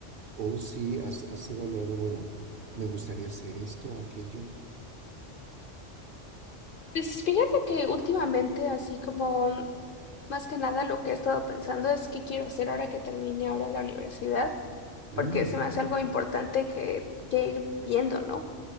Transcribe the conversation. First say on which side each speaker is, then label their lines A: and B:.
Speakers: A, on the right (about 50°); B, on the left (about 55°).
A: o si has, has evaluado, bueno, me gustaría hacer esto, aquello.
B: Pues fíjate que últimamente, así como mm, más que nada lo que he estado pensando es qué quiero hacer ahora que termine ahora la universidad,
A: Mm.
B: porque se me hace algo importante que, que ir viendo, ¿no?